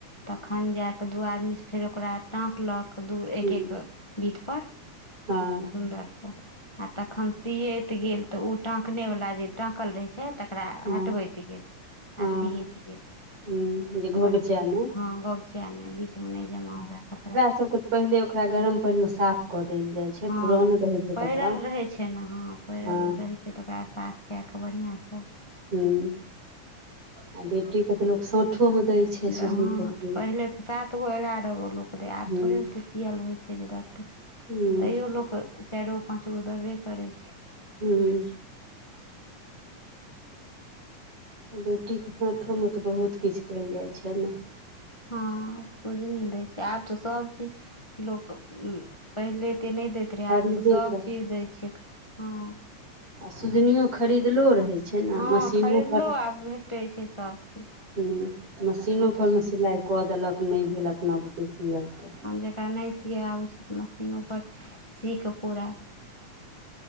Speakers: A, on the left (about 15°); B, on the right (about 50°).
A: तखन जा कऽ दू आदमीसँ फेर ओकरा टाँकलक दू
B: हुँ
A: एक एक बीतपर
B: हँ
A: सुन्दरसँ आ तखन सियैत गेल तऽ ओ टकनेवला जे टाकल रहै छै तकरा
B: हँ
A: हटबैत गेल
B: हँ
A: आ सियैत गेल
B: हुँ जे घोघचै
A: बढ़ियाँ
B: नहि
A: सँ हँ बगचे आर नहि बीचमे नहि जमा हुए कपड़ा
B: सब के पहिल ओकरा गम पान मे साफ कऽ देल जाय छै
A: हँ
B: पुरान रहै छै
A: पहिरल
B: कपड़ा
A: रहे छै ने हँ पहिरल
B: हँ
A: रहे छै से तऽ ओकरा साफ कए कऽ बढ़िआँसँ
B: हँ आ बेटी के तऽ लोग साठो मे दै छै सुजनी
A: द हा
B: केतली
A: पहिले तऽ सात गो एगारह गो लोक रहै आब
B: हुँ
A: थोड़े ओते सिअल होइ छै जे द
B: हुँ
A: तैयो लोक चारि गो पाँच गो देबे करै छै
B: हूँ बेटीके साथोमे तऽ बहुत किछु देल जाइ छै ने
A: हँ सुजनी दै छै आब तऽ सब चीज लोक पहिले एते नहि दैत रहै
B: खरीदे
A: आब तऽ सभचीज
B: कऽ
A: दैत छै हँ
B: आ सुजनियो खरीदलो रहै छै ने
A: हँ
B: मशीनो
A: खरीदलो आब भेटै छै सब चीज
B: हँ मशीनो
A: आब तऽ
B: पर मे सिलाइ कऽ देलक नहि भेल अपना बते सियअल तऽ
A: जेकरा नहि सि सीया आबै छै से मशीनो पर सीक कऽ पूरा